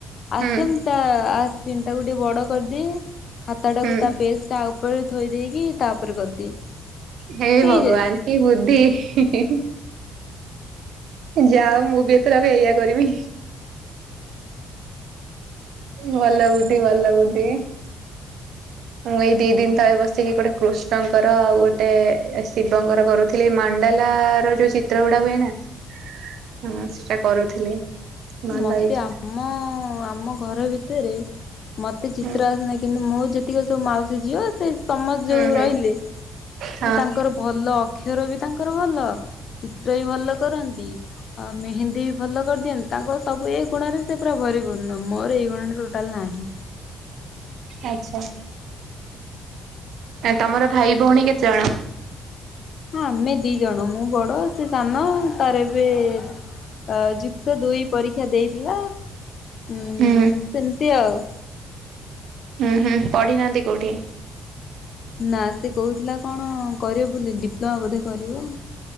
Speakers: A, on the left; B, on the right.
A: ଆସ
B: ହୁଁ
A: ସ୍ <unintelligible> ଟାକୁ ଟିକେ ବଡ କରିଦିଏ ଖାତା ଟାକୁ
B: ହୁଁ
A: ତା ପେଷ୍ଟ ତା ଉପରେ ଥୋଇ ଦେଇେଇକି ତା ଉପରେ କରିଦିଏ।
B: ହେଇ
A: ହେଇଯାଏ।
B: ଭଗବାନ କି ବୁଦ୍ଧି। ଯାଅ ମୁଁ ବି ଏଥର ବି ଏଇଆ କରମି। ଭଲ ବୁଦ୍ଧି ଭଲ ବୁଦ୍ଧି ମୁଁ ଏଇ ଦି ଦିନ ତଳେ ବସିକି ଗୋଟେ କୃଷ୍ଣଙ୍କର ଆଉ ଗୋଟେ ଶିବଙ୍କର କରୁ ଥିଲ ମଣ୍ଡାଲା ର ଯୋଉ ଚିତ୍ର ଗୁଡା ହୁଏ ନା ହ ସେଟା କରୁଥିଲି। ଭଲ
A: ମତେ
B: ହେଇଥିଲା
A: ଆମ ଆମ ଘର ଭିତରେ ମତେ ଚିତ୍ର
B: ହୁଁ
A: ଆସ ନାହିଁ କିନ୍ତୁ ମୋ ଯେତିକି ସବୁ ମାଉସୀ ଝିବ ସେ ସମସ୍ତେ
B: ହୁଁ
A: ଯୋଉ
B: ହୁଁ
A: ରହିଲେ ସେ
B: ହଁ।
A: ତାଙ୍କର ଭଲ ଅକ୍ଷର ବି ତାଙ୍କର ଭଲ। ଚିତ୍ର ବି ଭଲ କରନ୍ତି। ଆଉ ମେହେନ୍ଦୀ ବି ଭଲ କରିଦିଅନ୍ତି। ତାଙ୍କର ସବୁ ଏଇ ଗୁଣରେ ସେ ପୁରା ଭରିପୁର୍ଣ୍ଣ ମୋର ଏଇ ଗୁଣରେ ଟୋଟାଲ ନାହିଁ।
B: ଆଛା ତମର ଭାଇ ଭଉଣୀ କେତେଜଣ?
A: ହଁ ଆମେ ଦି ଜଣ ମୁଁ ବଡ ସେ ସାନ ତାର ଏବେ ଅ ଯୁକ୍ତ ଦୁଇ ପରୀକ୍ଷା ଦେଇଥିଲା ଉଁ
B: ହୁଁ
A: ସେମିତି ଆଉ।
B: ହୁଁ ହୁଁ ପଢି ନାହାନ୍ତି କୋଉଠି?
A: ନା ସେ କହୁଥିଲା କଣ କରିବ ବୋଲି ଡିପ୍ଲୋମା ବୋଧେ କରିବ।